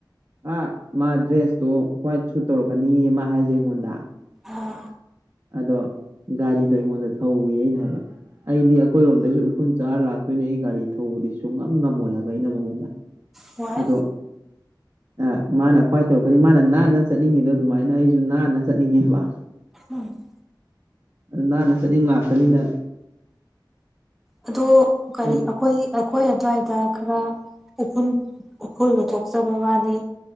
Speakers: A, on the right; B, in the centre.
A: ꯑ ꯃꯥ ꯗ꯭ꯔꯦꯁꯇꯣ ꯍ꯭ꯋꯥꯏꯠ ꯁꯨꯠ ꯇꯧꯔꯛꯀꯅꯤ ꯑꯃ ꯍꯥꯏꯖꯩ ꯑꯩꯉꯣꯟꯗ
B: ꯑꯥ
A: ꯑꯗꯣ ꯒꯥꯔꯤꯗꯣ ꯑꯩꯉꯣꯟꯗ ꯊꯧꯏ ꯑꯩꯅ ꯍꯥꯏꯕ ꯑꯩꯗꯤ ꯑꯩꯈꯣꯏꯔꯣꯝꯗꯩꯁꯨ ꯎꯐꯨꯟ ꯆꯥꯔ ꯂꯥꯛꯇꯣꯏꯅꯦ ꯑꯩ ꯒꯥꯔꯤ ꯊꯧꯕꯗꯤ ꯁꯨꯡꯉꯝ ꯉꯝꯃꯣꯏ ꯍꯥꯏꯕ ꯑꯩꯅ ꯃꯉꯣꯟꯗ
B: ꯍꯣꯏ
A: ꯑꯗꯣ ꯑ ꯃꯥꯅ ꯈ꯭ꯋꯥꯏ ꯇꯧꯔꯛꯀꯅꯤ ꯃꯥꯅ ꯅꯥꯟꯅ ꯆꯠꯅꯤꯡꯉꯦꯗꯣ ꯑꯗꯨꯃꯥꯏꯅ ꯑꯩꯁꯨ ꯅꯥꯟꯅ ꯆꯠꯅꯤꯡꯉꯦꯕ
B: ꯎꯝ
A: ꯅꯥꯟꯁꯅꯤ ꯉꯥꯛꯁꯅꯤꯅ
B: ꯑ ꯀꯔꯤ
A: ꯑꯩ
B: ꯑꯩꯈꯣꯏ ꯑꯩꯈꯣꯏ ꯑꯗꯨ꯭ꯋꯥꯏꯗ ꯈꯔ ꯎꯨ ꯎꯐꯨꯜ ꯂꯧꯊꯣꯛꯆꯕ ꯋꯥꯅꯤ